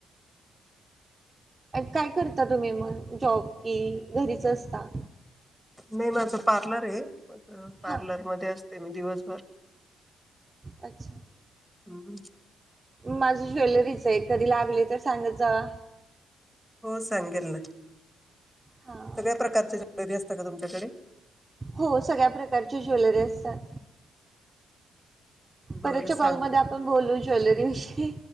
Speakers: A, on the right; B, in the centre.
A: काय करता तुम्ही मग जॉब कि घरीच असता?
B: नाही माझं पार्लर आहे, पार्लर
A: हां,
B: मध्ये असते मी दिवसभर.
A: अच्छा.
B: हम्!
A: माझी ज्वेलरीच आहे, कधी लागली तर सांगत जावा.
B: हो सांगेल ना.
A: हां.
B: सगळ्या प्रकारच्या जेवलरी असतात का तुमच्याकडे?
A: हो सगळ्या प्रकारची ज्वेलरी असतात.
B: बरं
A: परतच्या कॉलमध्येध्ये
B: सांगते
A: आपण बोलू ज्वेलरी विषयी.